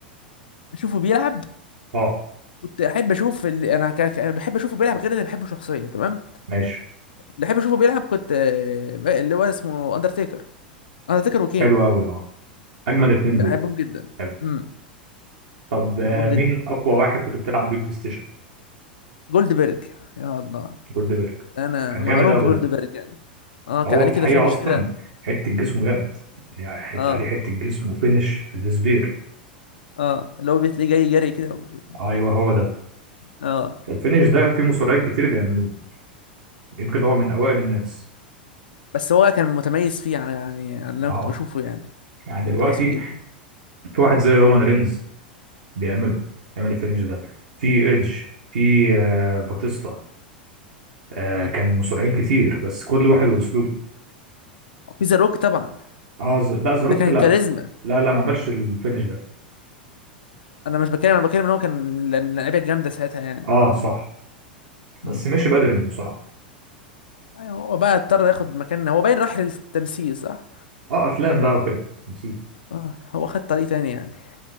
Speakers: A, on the left; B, on the right.
A: اشوفه بيلعب
B: اه
A: كنت احب اشوف اللي انا ك... ك- انا بحب اشوفه بيلعب غير اللي بحبه شخصيا تمام
B: ماشي
A: بحب اشوفه بيلعب كنت آه، اللي هو اسمه اندرتيكر اندرتيكر وكين
B: حلو قوي اه اجمل اتنين
A: بحبهم
B: دول
A: جدا
B: حلو
A: امم
B: طب آه،
A: بحبهم
B: مين
A: جدا
B: اقوى واحد كنت بتلعب بيه بلاي ستيشن
A: جولد بيرج يا الله
B: جولدبرج
A: انا
B: كان
A: معروف
B: جامد قوي
A: جولد
B: ده
A: بيرج انا اه كان
B: هو
A: عليه
B: في الحقيقه
A: كده فينش
B: اصلا
A: كده
B: حته جسمه جامد يعني حته
A: اه
B: عليه حته جسم وفينش السبير
A: اه اللي هو بتلاقيه جاي جري كده و...
B: ايوه هو ده
A: اه
B: الفينش ده في مصارعين كتير بيعملوه يمكن هو من اوائل الناس
A: بس هو كان متميز فيه على يعني على اللي
B: اه
A: انا كنت بشوفه يعني
B: يعني
A: كان
B: دلوقتي
A: متميز فيه جدا
B: في واحد زي رومان رينز بيعمله بيعمل الفينش ده في ايدج في آه باتيستا آه
A: امم
B: كان مصارعين كتير بس كل واحد واسلوبه
A: في ذا روك طبعا
B: اه ز... لا زاروك
A: ده كان
B: لا
A: كاريزما
B: لا لا ما عملش الفينش ده
A: انا مش بتكلم انا بتكلم ان هو كان من اللعيبه الجامده ساعتها يعني
B: اه صح بس
A: امم
B: مشي بدري من المصارعه
A: ايوه هو بقى اضطر ياخد مكان هو باين راح للتمثيل صح
B: اه افلام بقى وكده نسيت.
A: اه هو خد طريق تاني يعني